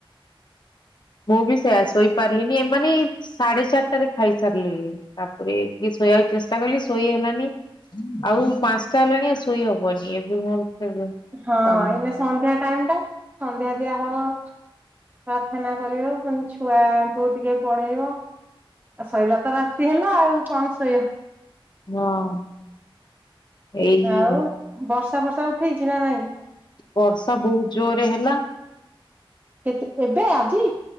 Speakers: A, on the left; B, on the right.
A: ମୁଁ ବି ସେଇଆ ଶୋଇ ପାରିଲିନି ଏମାନେ ସାଢେ ଚାରିଟାରେ ଖାଇସାରିଲେ ଇଏ, ତାପରେ ଟିକେ ଶୋଇବାକୁ ଚେଷ୍ଟା କଲି ଶୋଇ ହେଲାନି। ଆଉ ପାଞ୍ଚଟା ହେଲାଣି ଆଉ ଶୋଇ ହବନି, ଏବେ ମୋର ଫେରେ
B: ହଁ
A: କାମ
B: ଏଇନେ ସନ୍ଧ୍ୟା ଟାଇମ ଟା ସନ୍ଧ୍ୟା ଦିଆହବ ପ୍ରାର୍ଥନା କରିବ ପୁଣି ଛୁଆଙ୍କୁ ଟିକେ ପଢେଇବ। ଆ ସଇଲା ତ ରାତି ହେଲା ଆଉ କଣ ଶୋଇବ।
A: ହଁ। ଏଇ
B: ଆଉ ବର୍ଷା ଫର୍ଷା ଉଠେଇଚି ନା ନାଇଁ?
A: ବର୍ଷା ବହୁତ ଜୋରେ ହେଲା।
B: କେତେ ଏବେ ଆଜି?